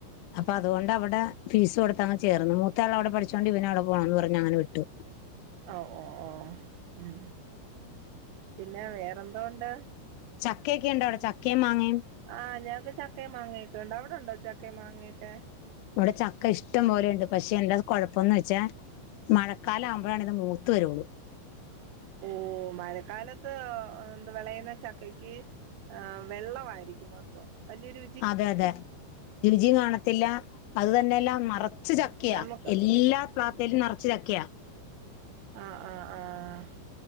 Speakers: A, on the left; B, on the right.
A: അപ്പൊ അതുകൊണ്ട് അവിടെ ഫീസ് കൊടുത്തങ്ങ് ചേർന്നു. മൂത്ത ആൾ അവിടെ പഠി ച്ചോണ്ട് ഇവനും അവിടെ പോണംന്ന് പറഞ്ഞ് അങ്ങനെ വിട്ടു
B: അഹ് ഓഹ് ഓഹ് ഓഹ് ഉം പിന്നെ വേറെന്തോ ഉണ്ട്
A: ചക്കയൊക്കെ ഉണ്ടോ അവിടെ ചക്കയും മാങ്ങയും
B: ആഹ് ഞങ്ങക്ക് ചക്കയും മാങ്ങയും ഒക്ക ഉണ്ട് അവടെണ്ടോ ചക്കയും മാങ്ങയും ഒക്കെ?
A: ഇവിടെ ചക്ക ഇഷ്ട്ടം പോലെയുണ്ട് പക്ഷെ എന്താ കൊഴപ്പംന്ന് വെച്ചാ മഴക്കാലം ആവുമ്പോഴാണ് ഇത് മൂത്ത് വരോള്ളൂ
B: ഓ മഴക്കാലത്ത് എന്ത് വിളയുന്ന ചക്കക്ക് ആഹ് വെള്ളമായിയിരിക്കും മൊത്തോം വലിയൊരു
A: അതെ അതെ രുചിയും കാണത്തില്ല അത് തന്നെയെല്ലാം നെറച്ച് ചക്കിയ
B: നമുക്ക്
A: എല്ലാ പ്ലാത്തേലും നെറച്ച് ചക്കയ
B: ആഹ ആഹ് ആഹ